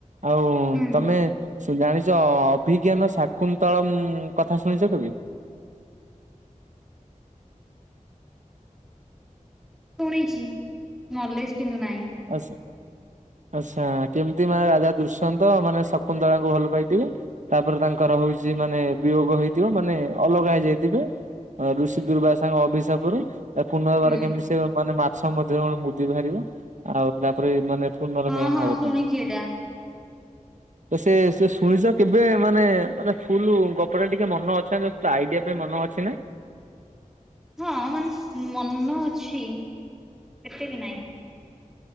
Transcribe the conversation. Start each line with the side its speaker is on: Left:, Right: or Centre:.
Right: ଆଉ
Centre: ହୁଁ
Right: ତମେ ଜାଣିଛ ଅଭିଜ୍ଞାନ ଶାକୁନ୍ତଳା କଥା ଶୁଣିଛ କେବେ?
Centre: ଶୁଣିଛି ନଲେଜ କିନ୍ତୁ ନାହିଁ।
Right: ଆଚ୍ଛା। ଆଚ୍ଛା କେମିତି ମାନେ ରାଜା ଦୁଶ୍ୟନ୍ତ ମାନେ ଶକୁନ୍ତଳାଙ୍କୁ ଭଲ ପାଇଥିବେ? ତାପରେ ତାଙ୍କର ହଉଛି
Centre: ହୁଁ
Right: ମାନେ ବିୟୋଗ ହେଇଥିବ ମାନେ ଅଲଗା ହେଇଯାଇଥିବେ ଋଷି ଦୁର୍ବାସ ସାଙ୍ଗ ଅଭିଶାପରୁ ତା ପୁନର୍ବାର
Centre: ହୁଁ।
Right: କେମିତି ସେ ମାନେ ମାଛ ମଧ୍ୟରେ ମୁଦି ବାହାରିବ? ଆଉ ତାପରେ ମାନେ ପୁନର୍ମିଳନ
Centre: ହଁ ହଁ
Right: ହବ
Centre: ଶୁଣିଛି
Right: ତାଙ୍କ
Centre: ଏଇଟା।
Right: ତ ସେ ସେ ଶୁଣିଛ କେବେ ମାନେ ମାନେ ଫୁଲ୍ ଗପଟା ଟିକେ ମନ ଅଛି ଆଇଡ଼ିଆ ପାଇଁ ମନ ଅଛି ନା?
Centre: ହଁ ମାନେ ମନ ଅଛି ଏତେ ବି ନାହିଁ।